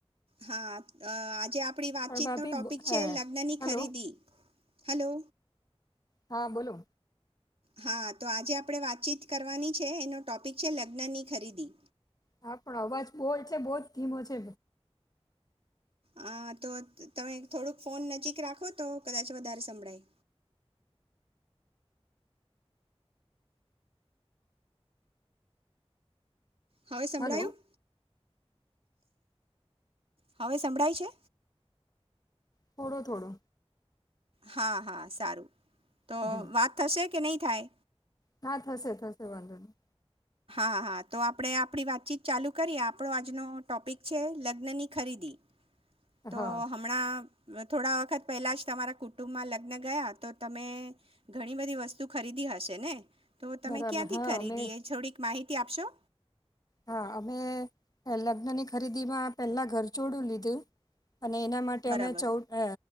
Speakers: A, on the right (about 60°); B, on the left (about 35°).
A: હા અ આજે આપણી વાતચીતનો
B: પણ ભાભી
A: ટોપિક
B: બ-
A: છે
B: અ,
A: લગ્નની ખરીદી,
B: હલો
A: હલો.
B: હા બોલો
A: હા તો આજે આપણે વાતચીત કરવાની છે એનો ટોપિક છે લગ્નની ખરીદી.
B: હા પણ અવાજ બો છે. બો જ ધીમો છે.
A: હા તો તમે થોડુંક ફોન નજીક રાખો તો કદાચ વધારે સંભળાય. હવે સંભળાયું.
B: હલો
A: હવે સંભળાય છે.
B: થોડો થોડો
A: હા, હા સારું. તો
B: હમ
A: વાત થશે કે નહી? થાય
B: હા થશે થશે વાંધો નઈ.
A: હા હા તો આપણે આપણી વાતચીત ચાલુ કરીએ. આપણો આજનો ટોપિક છે લગ્નની ખરીદી. તો
B: હા
A: હમણાં થોડા વખત પહેલા જ તમારા કુટુંબમાં લગ્ન ગયા તો તમે ઘણી બધી વસ્તુ ખરીદી હશે ને. તો તમે
B: બરાબર
A: ક્યાંથી
B: હા
A: ખરીદી
B: અમે
A: એ થોડીક માહિતી તી આપશો.
B: હા અમે લગ્નની ખરીદી માં પહેલા ઘરછોડું લીધું. અને એના માટે
A: બરાબર
B: અમે ચૌદ અ